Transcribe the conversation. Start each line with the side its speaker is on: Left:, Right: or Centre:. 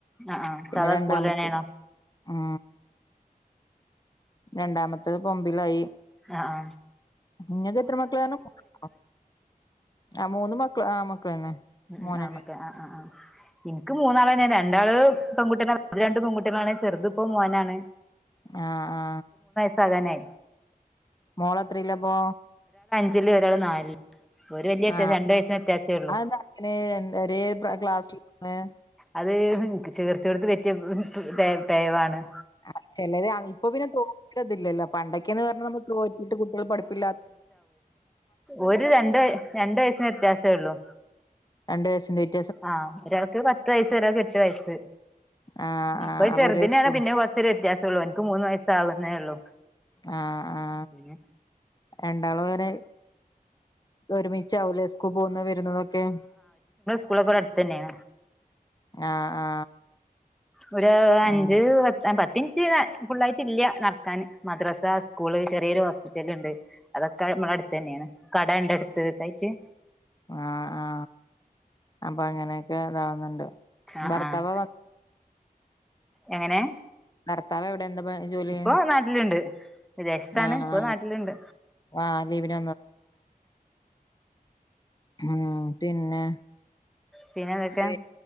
Centre: ആഹ് ആഹ്
Left: പിന്നെ
Centre: സാധാ
Left: രണ്ടാമത്തേത്
Centre: സ്കൂളിൽ തന്നെയാണോ
Left: ആ രണ്ടാമത്തതിപ്പൊമ്പയ്ലായി
Centre: ആ ആ
Left: നിങ്ങക്ക് എത്ര മക്കളാണ് മൂന്നോ ആ മൂന്ന് മക്കള് ആ മക്കളന്നെ
Centre: ഉം ഉം
Left: മോനന്നെ
Centre: ആമക്കെ ആ ആ ആ എനിക്ക് മൂന്നാളന്നെയ രണ്ടാള് പെൺകുട്ടികളാണ് രണ്ട് പെൺകുട്ടികളാണ് ചെറുത് ഇപ്പോ മോനാണ്
Left: ആ ആ
Centre: സകനെ
Left: മോളത്രയിലാപ്പോ
Centre: <unintelligible> ഒരാൾ നാലില് ഒരു വലിയ വത്യാസം
Left: ആ
Centre: രണ്ടു വയസിന് വ്യത്യാസൊള്ളു
Left: അതെന്താ അങ്ങനെ ന്റൊരേ പ്ര ക്ലാസീന്ന്
Centre: അത് ചേർത്തിയ കൊടുത്ത് പറ്റിയ തെ തേവാണ്
Left: അത് ചെലര് അങ് ഇപ്പൊ പിന്നെ <unintelligible> പണ്ടൊക്കെന്ന് പറഞ്ഞ നമുക്ക് തോറ്റിട്ട് കുട്ടികൾ പഠിപ്പില്ലാ
Centre: ഒരു രണ്ട് രണ്ട് വയസിന് വ്യത്യാസേ ഒള്ളു
Left: രണ്ടു വയസിന്റെ വ
Centre: ആഹ് ഒരാൾക്ക് പത്ത് വയസ്സ് ഒരാക്ക് എട്ട് വയസ്സ്
Left: ആ ആ
Centre: ഇപ്പൊ
Left: അപ്പൊ
Centre: ചെറുതനെയാണ്
Left: ഒരേ സ്കൂൾ
Centre: പിന്നെ കൊറച്ചൊരു വ്യത്യാസം ഉള്ളു എനക്ക് മൂന്ന് വയാസാകുന്നേ ഉള്ളൂ
Left: ആ ആ
Centre: പിന്നെ
Left: രണ്ടാളും വരെ ഒരുമിച്ചാവൂലേ സ്കൂൾ പോകുന്ന വരുന്നതൊക്കെ
Centre: സ്കൂളക്കിവിടെ അടുത്ത് തന്നെയ
Left: ആ ആ
Centre: ഒര് അഞ്ച്
Left: അങ്ങനെ
Centre: പത് പത്തി ൻറ്റ് ഫുള്ളായിട്ടില്ല്യ നടക്കാൻ മദ്രാസ സ്കൂള് ചെറിയൊരു ഹോസ്പിറ്റലിണ്ട് അതൊക്കെ നമ്മടടുത്ത് തന്നെയാണ് കടെണ്ട് അടുത്ത്തായിട്ട്
Left: ആ ആ അപ്പ അങ്ങനെക്കെ ഇതാവുന്നെണ്ട്
Centre: ആഹ്
Left: ബർത്തവാ
Centre: ആഹ്
Left: വ
Centre: എങ്ങനെ
Left: ഭർത്താവ് എന്താ പ ജോലി
Centre: ഇപ്പോൊ നാട്ടിലുണ്ട് വിദേശത്താണ്
Left: ആ
Centre: ഇപ്പൊ
Left: ആ
Centre: നാട്ടിലുണ്ട്
Left: ആ ലീവിന്
Centre: ഉ
Left: ആ പിന്നെ
Centre: പിന്നെ അതൊക്കെ
Left: വേ